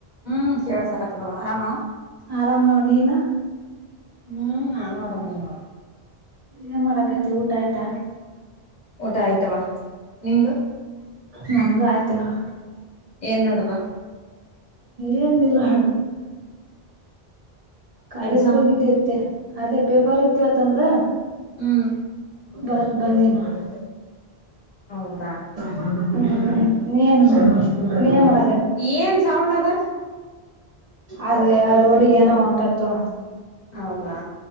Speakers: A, on the left (about 50°); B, on the right (about 40°).
A: ಹ್ಮ್ ಕೇಳಸಕತ್ತದವ ಆರಾಮ
B: ಆರಾಮ್ ನೋಡ ನೀನ
A: ಹ್ಮ್ ನಾನೋ ಅರಾಮಿನ ನೋಡ
B: ಏನ್ ಮಾಡಾಕತಿ ಊಟ ಆಯ್ತಾ
A: ಊಟ ಆಯ್ತವಾ ನಿಮ್ದು
B: ನಮ್ದು ಆಯ್ತ ನೋಡ
A: ಏನ್ ನಡ್ದದ
B: ಏನಿಲ್ಲ ನೋಡ ಕಾಲೇಜಗೆ
A: ಎಕ್ಸಾಮ್
B: ಹೋಗಿದ್ದೆ ಇತ್ತ ಅದೇ ಪೇಪರ್ ಇತ ಇವತ್ತೋಂದ
A: ಹ್ಮ್
B: ಬರ್ದ ಬಂದಿನ ನೋಡ
A: ಹೌದಾ
B: ಹ್ಮ ನೀನ್ ನೀನ್ ಮಾಡ
A: ಏನ್ ಸೌಂಡ್ ಅದು
B: ಅದ ರೋಡಿಗೆ ಏನೋ ಹೊಂಟತ್ತೊ
A: ಹೌದಾ